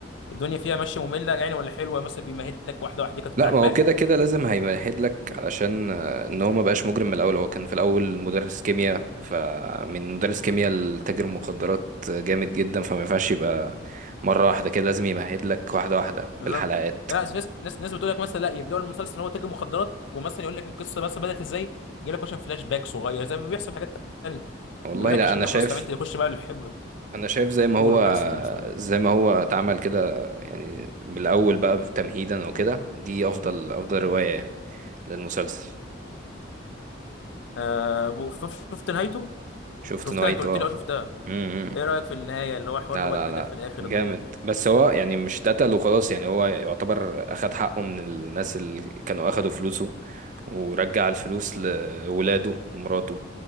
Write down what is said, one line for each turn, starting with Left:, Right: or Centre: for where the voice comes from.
Left: الدنيا فيها ماشيه ممله يعني ولا حلوه مثلا بيمهد لك واحده واحده كانت
Right: لا
Left: عاجباك
Right: ما هو كده كده لازم هيمهد لك علشان آه، ان هو ما بقاش مجرم من الاول هو كان في الاول مدرس كيمياء فمن مدرس كيمياء لتاجر مخدرات جامد جدا فما ينفعش يبقى مره واحده كده لازم يمهد لك واحده واحده بالحلقات
Left: بالظبط لا ناس ناس ناس بتقول لك مثلا لا يبداوا المسلسل ان هو تاجر مخدرات ومثلا يقول لك القصه مثلا بدات ازاي يجي لك مثلا فلاش باك صغير زي ما بيحصل في حاجات تانيه
Right: والله
Left: يقول لك
Right: لا
Left: عشان
Right: انا
Left: نخلص
Right: شايف
Left: فاهم انت يخش بقى الحب
Right: انا شايف زي ما
Left: قول
Right: هو
Left: قول يا سلام سلام.
Right: زي ما هو اتعمل كده يعني من الاول بقى تمهيدا وكده دي افضل افضل روايه يعني للمسلسل
Left: آه شف- شفت نهايته
Right: شفت
Left: شفتها
Right: نوعيته
Left: انت قلت لي اه شفتها
Right: اه
Left: ايه رايك في النهايه اللي هو حوار
Right: لا
Left: اللي هو
Right: لا
Left: اتقتل
Right: لا
Left: في الاخر
Right: جامد
Left: ده
Right: بس هو يعني مش اتقتل وخلاص يعني هو يعتبر اخد حقه من الناس اللي كانوا اخدوا فلوسه ورجع الفلوس لولاده ومراته